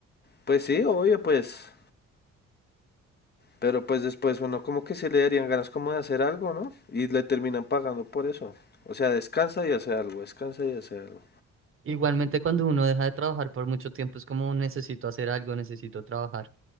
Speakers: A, on the left; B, on the right.
A: pues sí, obvio, pues. Pero pues después uno como que se le darían ganas como de hacer algo, ¿no? Y le terminan pagando por eso. O sea, descansa y hace algo, descansa y hace algo.
B: Igualmente cuando uno deja de trabajar por mucho tiempo es como necesito hacer algo, necesito trabajar.